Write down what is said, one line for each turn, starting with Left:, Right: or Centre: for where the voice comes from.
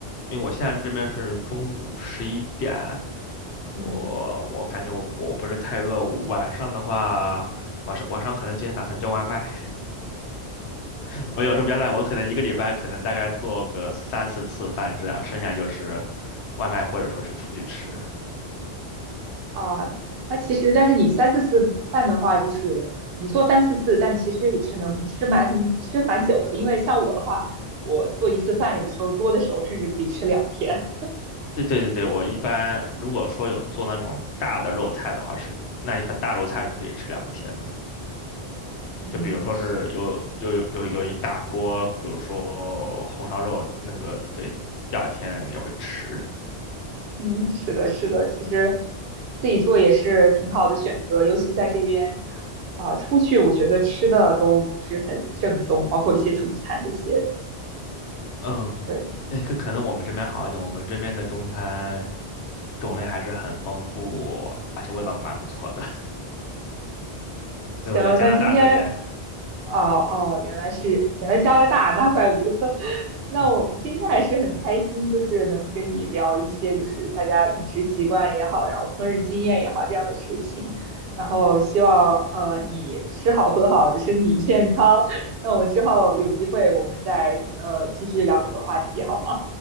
Left: 因为我现在这边是中午十一点，我我感觉我我不是太饿，
Right: 嗯
Left: 晚上的话，晚上晚上可能今天打算叫外卖，<laughs> 我有时候比较懒，我可能一个礼拜可能大概做个三四次饭这样，剩下就是外卖或者说是出去吃。
Right: 啊，那其实但是你三四次饭的话，就是你做三四次，但其实也是能吃蛮很吃蛮久的。因为像我的话，我做一次饭，有时候多的时候甚至可以吃两天。
Left: 对对对对，我一般如果说有做那种大的肉菜的话是，那一份大肉菜是可以吃两天的。
Right: <laughs> 嗯，
Left: 就比如说是有有有有有一大锅，
Right: 是，
Left: 比如说红烧肉，那个对，第二天也会吃。
Right: 嗯，是的，是的，其实自己做也是挺好的选择，尤其在这边啊，出去我觉得吃的都不是很正宗，包括一些中餐这些。
Left: 嗯，
Right: 对。
Left: 对，可可能我们这边好一点，我们这边的中餐种类还是很丰富，而且味道蛮不错的。<laughs>
Right: 行，
Left: 所以我在加拿大这边，
Right: 那今天哦哦，原来是原来加拿大，那怪不得。<laughs> 那我今天还是很开心，
Left: 嗯
Right: 就是能跟你聊一些，就是大家饮食习惯也好，然后烹饪经验也好这样的事情。然后希望呃你吃好喝好，身体健康。那我们之后有机会我们再呃继续聊这个话题，好吗？